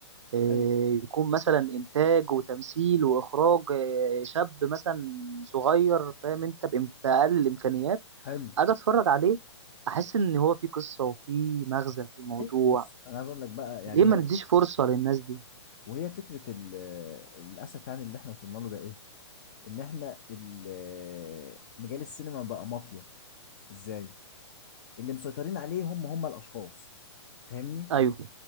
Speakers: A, on the right (about 80°); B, on the left (about 40°).
A: آه،
B: ايوه
A: يكون مثلا انتاج وتمثيل واخراج آه، شاب مثلا صغير فاهم انت بإم- باقل الامكانيات
B: حلو
A: اجي اتفرج عليه احس ان هو في قصه وفي مغزى في الموضوع
B: اي بص انا عايز اقول لك بقى يعني
A: ليه ما
B: هي
A: نديش فرصه للناس دي
B: وهي فكره ال- للاسف يعني اللي احنا وصلنا له ده ايه ان احنا ال- مجال السينما بقى مافيا ازاي اللي مسيطرين عليه هم هم الاشخاص فاهمني
A: ايوه